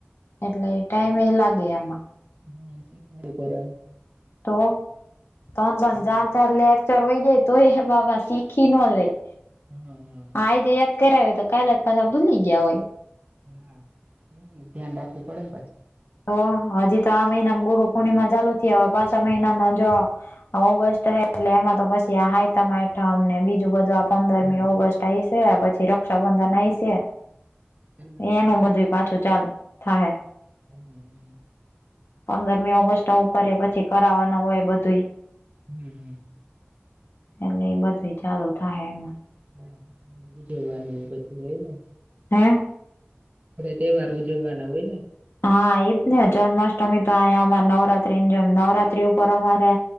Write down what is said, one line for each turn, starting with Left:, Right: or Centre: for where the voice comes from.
Left: એટલે ટાઈમ એ લાગે આમાં
Right: હા શીખડ કર
Left: તો ત્રણ ત્રણ
Right: હમ
Left: ચાર ચાર લેકચર હોય જાય તો એ બાપા શીખી ન લેય
Right: હમ્મ હમ્મ
Left: હા આઈજે યાદ કરાવ તો કાલે જ પાછા ભૂલી ગયા હોય.
Right: હા ધ્યાન રાખવું પડે ને પછ
Left: તો હજી તો આ મહિનામાં ગુરુ પૂર્ણિમા ચાલુ થ હવે પાછા મહિનામાં જો ઓગસ્ટ હ એટલે એમાં તો પછી આ હાયતાઠમને બીજું બધું પંદરમી
Right: હા.
Left: ઓગસ્ટ આઇશે પછી ર રક્ષાબંધન આઇ સે
Right: જન્માષ્ટમી
Left: એનું બધું પાછું ચાલુ થાય.
Right: હમ હમ.
Left: પંદરમી ઓગસ્ટ ઉપર
Right: હા.
Left: પછી કરાવવાનું હોય બધું.
Right: હમ્મ
Left: એટલે એ બધું ચાલુ થાય એમાં.
Right: હા જોવાનું એ તોછ હોય ને
Left: હ્યાં
Right: તહેવાર ઉજવવાના હોય ને.
Left: હા એજ ને જન્માષ્ટમી તો અયા અ નવરાત્રીની જેમ નવરાત્રી ઉપર અમારે